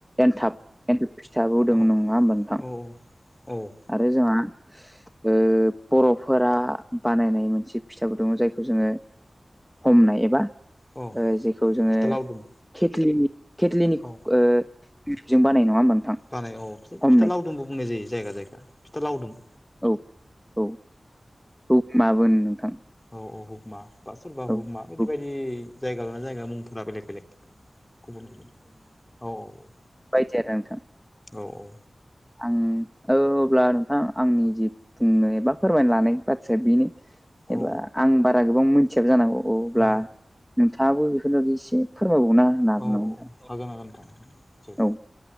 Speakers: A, in the centre; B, on the left.
A: एन्थाब एन्थाब फिथाबो दङ
B: औ
A: नङा होमबा नोंथां
B: औ औ औ
A: आरो जोंहा ओ बर'फोरा बानायनाय मोनसे फिथाबो दङ' जायखौ जोङो हमनाय एबा
B: औ
A: ओ जेखौ जोङो
B: फिथा लावदुम
A: खेथ्लिनि खेथ्लिनि
B: औ
A: खु ओ जों बानाय नङा होमबा नोंथां।
B: बानाय औ बिदि
A: हमनाय
B: फिथा लावदुमबो बुंनाय जायो जायगा जायगा फिथा लावदुम।
A: औ औ औ हुगमाबो होनो नोंथां।
B: औ औ हुगमा बा सोरबा
A: औ
B: हुगमा बियदि
A: औ
B: बायदि जायगा लाना जायगा मुंफोरा बेलेग बेलेग गुबुन गुबुन औ औ।
A: बायदिया नांथां।
B: औ औ।
A: आं औ अब्ला थां आंनि जि बुंनो एबा फोरमायनो लानाय बाथ्राया बेनो
B: औ
A: एबा आं बारा गोबां मोनथियाबो जानांगौ अ
B: औ
A: अब्ला
B: औ
A: नोंथाङाबो बेफोरनि बागै एसे फोरमायबावनो हागोन
B: औ औ
A: नामा नोंथां
B: औ हागोन हागोन थां नोसै
A: औ